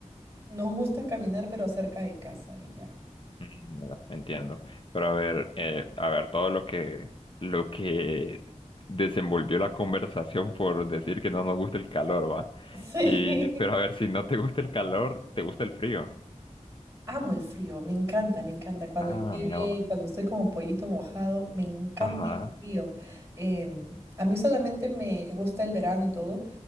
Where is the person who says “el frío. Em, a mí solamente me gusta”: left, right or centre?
Right